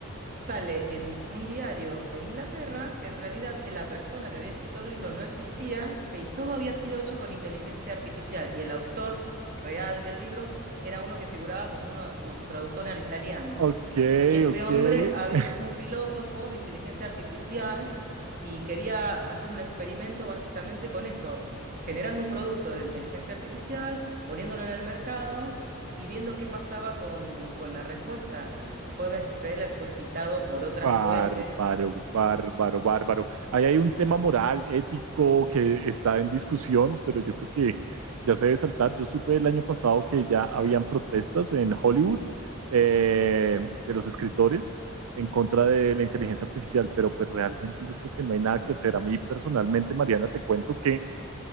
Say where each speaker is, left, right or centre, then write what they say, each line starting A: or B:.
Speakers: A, on the right; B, on the right.
A: sale en un diario de Inglaterra que en realidad la persona que había escrito el libro no existía y todo había sido hecho con inteligencia artificial y el autor real del libro era uno que figuraba como uno, como su traductor al italiano.
B: Ok,
A: Y este
B: ok.
A: hombre hab-
B: <laughs>
A: es un filósofo de inteligencia artificial y quería hacer un experimento básicamente con esto, s- generando un producto de inteligencia artificial, poniéndolo en el mercado y viendo qué pasaba con, con la respuesta. Y fue bestseller, fue citado por otras
B: Bárbaro,
A: fuentes.
B: bárbaro, bárbaro. Ahí hay un tema moral, ético, que está en discusión, pero yo creo que ya se debe saltar. Yo supe el año pasado que ya habían protestas en Hollywood eh, de los escritores en contra de la inteligencia artificial, pero pues realmente yo creo que no hay nada que hacer. A mí personalmente, Mariana, te cuento que